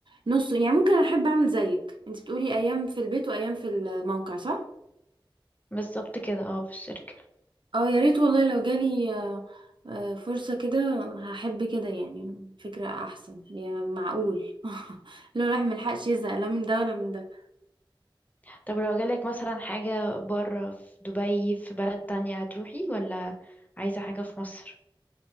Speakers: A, on the right (about 65°); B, on the left (about 20°).
A: نص يعني ممكن احب اعمل زيك انت بتقولي ايام في البيت وايام في الموقع صح
B: بالظبط كده اه في الشركة
A: اه يا ريت والله لو جالي آه، آه، فرصة كده هحب كده يعني فكرة احسن يعني معقول <laughs> لو الواحد ملحقش يزهق لا من ده ولا من ده
B: طب لو جالك مثلا حاجة بره في دبي في بلد تانية هتروحي ولا عايزة حاجة في مصر؟